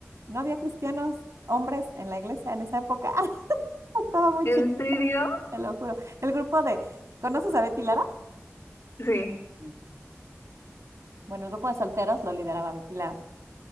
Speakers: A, on the right; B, on the left.
A: no había cristianos hombres en la iglesia en esa época. <laughs> Estaba muy
B: ¿En
A: chiquita,
B: serio?
A: te lo juro. El grupo de, ¿conoces a Betty Lara?
B: Sí.
A: Mm. Bueno, el grupo de solteros lo lideraba Betty Lara